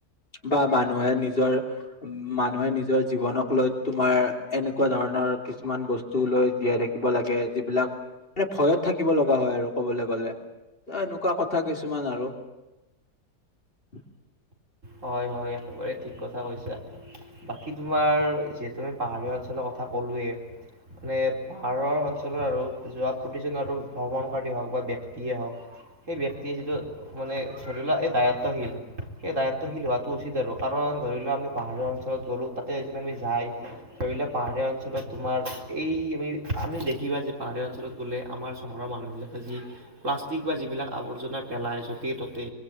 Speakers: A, on the left; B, on the right.
A: বা মানুহে নিজৰ মানুহে নিজৰ জীৱনক লৈ তোমাৰ এনেকুৱা ধৰণৰ কিছুমান বস্তু লৈ জীয়াই থাকিব লাগে যিবিলাক মানে ভয়ত থাকিব। থাকিব লগা হয় আৰু ক'বলৈ গ'লে এনেকুৱা কথা কিছুমান আৰু <unintelligible>
B: হয় হয় একেবাৰে ঠিক কথা কৈছা বাকী তোমাৰ যি পাহাৰীয়া অঞ্চলৰ কথা ক'লোৱয়ে মানে পাহাৰৰ অঞ্চলৰ আৰু যোৱা প্ৰতিজন আৰু ভ্ৰমণকাৰীয়ে হওক বা দেশ ব্যক্তিয়ে হওক সেই ব্যক্তিয়ে যিটো মানে ধৰি লোৱা এই দায়ত্বশীল সেই দায়িত্ব হোৱাটো উচিত আৰু কাৰণ ধৰি ল আমি পাহাৰীয়াৰ অঞ্চলত গ'লো তাতে এ আমি যায় ধৰি লও পাহাৰ পাহাৰীয়া অঞ্চলত তোমাৰ এই আমি আমি দেখিবা যে পাহাৰীয়া অঞ্চলত বোলে আমাৰ চহৰৰ মানুহবলাকে যি প্লাষ্টিক বা যিবিলাক আৱৰ্জনা পেলাই য'তে ত'তে